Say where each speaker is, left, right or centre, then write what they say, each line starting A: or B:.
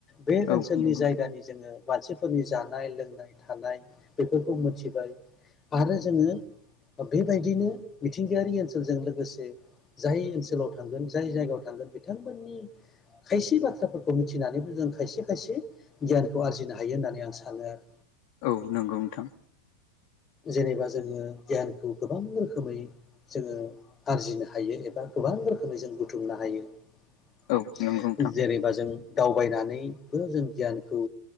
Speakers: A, on the left; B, on the left.
A: बे
B: औ
A: ओनसोलनि
B: नंगौ नोंथां
A: जायगानि जोङो मानसिफोरनि जानाय लोंनाय थानाय बेफोर मिथिबाय आरो जोङो बेबायदिनो मिथिंगायारि ओनसोलजों लोगोसे जाय ओनसोलाव थांगोन जाय जायगायाव थांगोन बिथांमोननि खायसे बाथ्राफोरखौ मिथिनानैबो जों खायसे खायसे गियानखौ आरजिनो हायो होननानै आं सानो आरो
B: औ नंगौ नोंथां
A: जेनेबा जोङो गियानखौ गोबां रोखोमै जोङो आरजिनो हायो एबा गोबां रोखोमै जों बुथुमनो हायो
B: औ नंगौ नोंथां
A: जेनेबा जों दावबायनानैबो जों गियानखौ